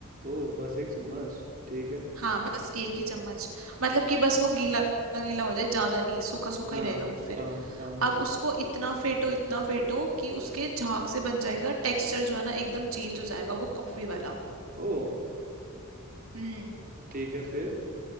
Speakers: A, on the right (about 40°); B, on the right (about 65°).
A: ओ बस एक चम्मच ठीक है
B: हाँ बस एक ही चम्मच मतलब कि बस वो गीला गीला हो जाए ज्यादा नहीं सूखा सूखा
A: हाँ
B: ही रहेगा वो फिर
A: हाँ हाँ
B: अब उसको इतना फेटो इतना फेटो कि उसके झाग से बन जाएगा टेक्सचर जो है ना एकदम चेंज हो जाएगा वो कॉफी वाला
A: ओ
B: हम्म
A: ठीक है फिर